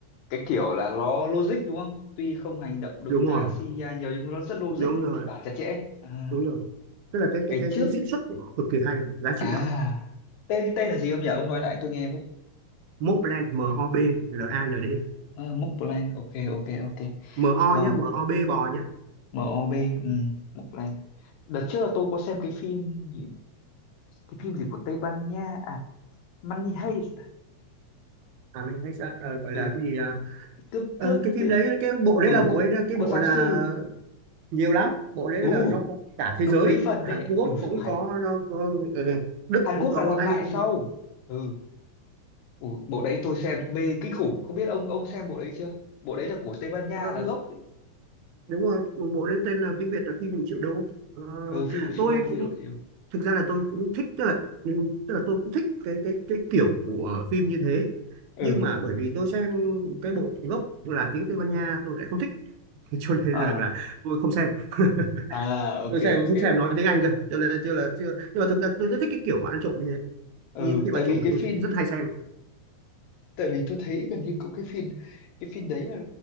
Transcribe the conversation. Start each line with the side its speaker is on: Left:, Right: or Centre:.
Left: cái kiểu là nó logic đúng không tuy không hành động đấm
Right: đúng
Left: đá
Right: rồi
Left: CGI nhiều nhưng nó rất logic
Right: đúng
Left: và
Right: rồi
Left: kịch bản chặt chẽ à,
Right: đúng rồi tức là cái cái
Left: ngày
Right: cái
Left: trước
Right: cái diễn xuất của nó cực kỳ hay giá
Left: à
Right: trị lắm
Left: tên tên là gì ông nhỉ ông nói lại tôi nghe với
Right: Mobland M O B L A N D
Left: à, Mobland ok ok ok
Right: M O
Left: rồi
Right: nhá M O B bò nhá
Left: MOB ừ, Mobland đợt trước là tôi có xem cái phim gì cái phim gì của Tây Ban Nha à Money Heist à?
Right: à mình hay sẽ ờ, gọi
Left: ừ
Right: là cái gì à?
Left: cướp
Right: Ờ,
Left: cướp
Right: cái phim
Left: ti-
Right: đấy cái bộ đấy
Left: ừ
Right: là bộ
Left: cũng
Right: ấy cái
Left: có
Right: bộ
Left: giáo
Right: là
Left: sư
Right: nhiều lắm bộ đấy
Left: ừ
Right: là nó có cả thế
Left: nó
Right: giới
Left: có mấy phần
Right: Hàn
Left: đấy
Right: Quốc
Left: đủ rồi
Right: cũng
Left: hay
Right: có, nó có ừ, Đức
Left: Hàn
Right: cũng
Left: Quốc
Right: có
Left: là làm
Right: Anh
Left: lại
Right: cũng
Left: sau
Right: có
Left: ừ Ủa, bộ đấy tôi xem mê kinh khủng không biết ông ông xem bộ đấy chưa bộ đấy là của Tây Ban Nha
Right: Ờ,
Left: là gốc đấy
Right: đúng rồi một bộ lấy tên là tiếng Việt là phim một triệu đô Ờ,
Left: ừ phi vụ triệu
Right: tôi
Left: đô phi
Right: cũng
Left: vụ triệu đô
Right: thực ra là tôi cũng thích tức là ừ, tức là tôi cũng thích cái cái cái kiểu của ờ, phim như thế
Left: ừ
Right: nhưng mà bởi vì tôi xem cái bộ gốc là tiếng Tây Ban Nha tôi lại không thích <laughs> cho nên
Left: à
Right: là, là tôi không xem <laughs>
Left: à ok
Right: tôi xem
Left: ok
Right: tôi xem
Left: ok
Right: nói tiếng Anh cơ cho nên là chưa là chưa nhưng mà thực ra tôi rất thích cái kiểu mà ăn trộm như thế
Left: ừ
Right: những phim
Left: tại
Right: ăn
Left: vì
Right: trộm mà
Left: cái
Right: tôi
Left: phim
Right: rất hay xem
Left: tại vì tôi thấy gần như cũng cái phim cái phim đấy là